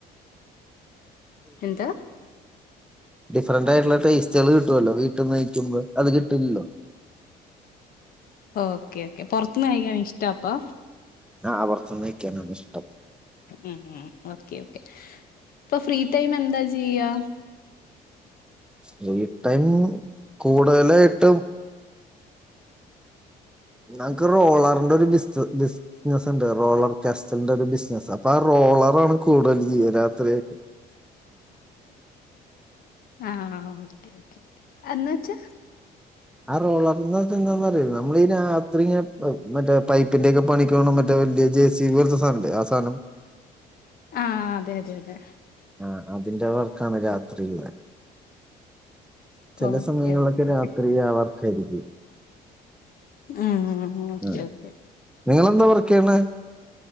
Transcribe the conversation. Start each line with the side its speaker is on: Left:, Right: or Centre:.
Left: എന്ത്
Centre: ഡിഫറന്റ് ആയിട്ടുള്ള ടേസ്റ്റുകൾ കിട്ടുവല്ലോ വീട്ട്ന്ന് കഴിക്കുമ്പോ അത് കിട്ടുലല്ലോ
Left: ഓക്കെ ഓക്കെ പൊർത്ത്ന്ന് കഴിക്കാൻ ഇഷ്ടാ അപ്പൊ
Centre: ആ പുറത്തുനിന്ന് കഴിക്കാനാണ് ഇഷ്ടം
Left: ഉം ഉം ഓക്കെ ഓക്കേ ഇപ്പൊ ഫ്രീ ടൈമ് എന്താ ചെയ്യാ
Centre: ഫ്രീ ടൈം കൂടുതലായിട്ട് ഞങ്ങക്ക് റോളറിന്റെ ഒരു ബിസ്ത് ബിസ് ബിസ്സ്നസ് ഇണ്ട് റോളർക്രാസ്റ്റലിന്റെ ഒരു ബിസിനസ് അപ്പോ റോ കോളറാണ് കൂടുതൽ ജീവരാത്രിയൊക്കെ
Left: ആ ഓക്കെ ഓക്കെ എന്ന് വച്ചാ
Centre: ആ റോളർന്നാച്ചാന്നാറിയോ നമ്മള് ഈ രാത്രി ഇങ്ങനെ മറ്റേ പൈപ്പിന്റെക്കെ പണിക്ക് പോണേ മറ്റേ <unintelligible> ജെ സി ബി പോലത്തെ സധനല്ലേ ആ സാനം.
Left: ആ അതെ അതെ അതെ.
Centre: ആ അതിന്റെ വർക്കാണ് രാത്രില്ലെ. ചെല
Left: ഓക്കെ
Centre: സമയങ്ങളിലൊക്കെ
Left: ഓക്കെ ഓക്കെ
Centre: രാത്രി ആ വർക്കായിരിക്കും.
Left: ഉം ഓക്കെ
Centre: ഉം
Left: ഓക്കെ.
Centre: നിങ്ങളെന്താ വർക്കേയ്യണേ?